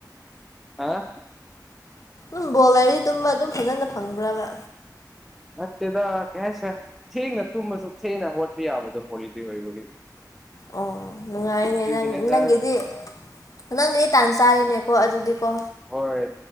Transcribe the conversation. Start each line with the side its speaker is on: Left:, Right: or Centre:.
Centre: ꯍꯥ
Left: ꯎꯝ ꯕꯣꯜ ꯂꯩꯔꯗꯤ ꯇꯨꯝꯕ ꯑꯗꯨꯝ ꯐꯖꯅ ꯐꯪꯕ꯭ꯔꯕ
Centre: ꯅꯠꯇꯦꯗ ꯀꯩ ꯍꯥꯏꯁꯤꯔꯥ ꯊꯦꯡꯅ ꯇꯨꯝꯃꯁꯨ ꯊꯦꯡꯅ ꯍꯧꯒꯠꯄ ꯌꯥꯕꯗꯣ ꯍꯣꯂꯤꯗꯦ ꯑꯣꯏꯕꯒꯤ
Left: ꯑꯣ ꯅꯨꯡꯉꯥꯏꯅꯦ
Centre: ꯑꯗꯨꯒꯤꯅꯦꯗ
Left: ꯅꯪ ꯅꯪꯒꯤꯗꯤ ꯅꯪꯒꯤꯗꯤ ꯇꯥꯟ ꯆꯥꯔꯦꯅꯦꯀꯣ ꯑꯗꯨꯗꯤꯀꯣ
Centre: ꯍꯣꯏ